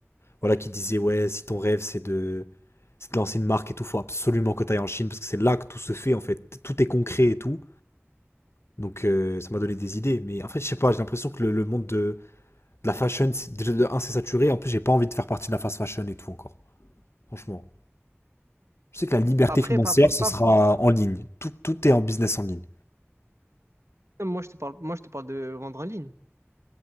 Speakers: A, on the left; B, on the right.
A: voilà, qui disait ouais, si ton rêve c'est de, c'est de lancer une marque et tout, faut absolument que t'ailles en Chine parce que c'est là que tout se fait en fait, tout est concret et tout. Donc euh, ça m'a donné des idées, mais en fait je sais pas, j'ai l'impression que le, le monde de, de la fashion, c'est- déjà de un c'est saturé, en plus j'ai pas envie de faire partie de la fast fashion et tout encore. Franchement, je sais que la liberté
B: Après,
A: financière
B: pas, fa-
A: ce
B: pas,
A: sera en ligne, tout, tout est en business en ligne.
B: moi je te parle, moi je te parle de vendre en ligne.